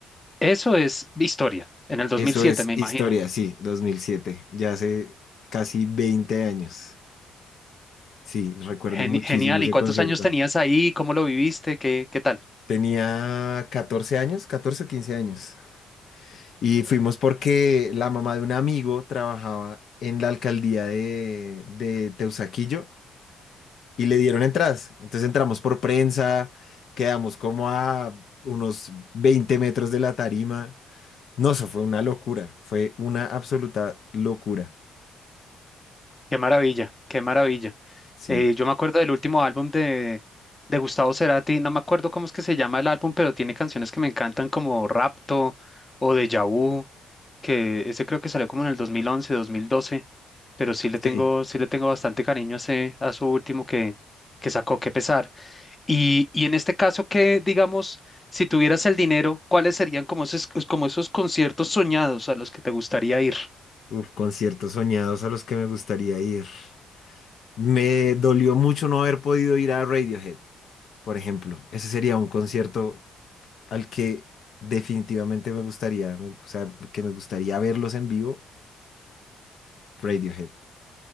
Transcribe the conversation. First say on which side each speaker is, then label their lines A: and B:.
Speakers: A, on the left (about 20°); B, on the left (about 60°).
A: Eso es historia, en el 2007,
B: Eso es
A: me imagino.
B: historia, sí, 2007, ya hace casi 20 años. Sí, recuerdo
A: Geni-
B: muchísimo
A: genial.
B: ese
A: ¿Y cuántos
B: concierto.
A: años tenías ahí? ¿Cómo lo viviste? ¿Qué, qué tal?
B: Tenía 14 años, 14 o 15 años. Y fuimos porque la mamá de un amigo trabajaba en la alcaldía de, de Teusaquillo y le dieron entradas. Entonces entramos por prensa, quedamos como a unos 20 metros de la tarima. No, eso fue una locura, fue una absoluta locura.
A: Qué maravilla, qué maravilla.
B: Sí,
A: Eh, yo me acuerdo del último álbum de, de Gustavo Cerati, no me acuerdo cómo es que se llama el álbum, pero tiene canciones que me encantan como Rapto o Deja Vu, que ese creo que salió como en el 2011, 2012, pero sí le tengo,
B: sí.
A: sí le tengo bastante cariño a, ese- a su último que, que sacó, Qué pesar. Y, y en este caso, que digamos, si tuvieras el dinero, ¿cuáles serían como esos, como esos conciertos soñados a los que te gustaría ir?
B: Uf, conciertos soñados a los que me gustaría ir. Me dolió mucho no haber podido ir a Radiohead, por ejemplo. Ese sería un concierto al que definitivamente me gustaría, me- o sea, que me gustaría verlos en vivo, Radiohead.